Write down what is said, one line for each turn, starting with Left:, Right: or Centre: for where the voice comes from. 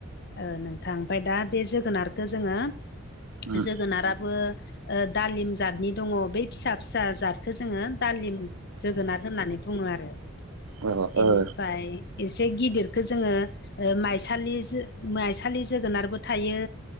Left: ओ नोंथां ओमफफ्राय दा बे जोगोनारखौ जोंङो
Right: उम
Left: जोगोनाराबो दालिम जातनि दङ बे फिसा फिसा जादखौ जोंङो दालिम जोगोनाद होननानै बुंङो आरो
Right: अ ओ
Left: बेनिफ्राय
Right: ओ
Left: एसे गिदिरखौ जोंङो माइसालि माइसालि जोगोनारबो थायो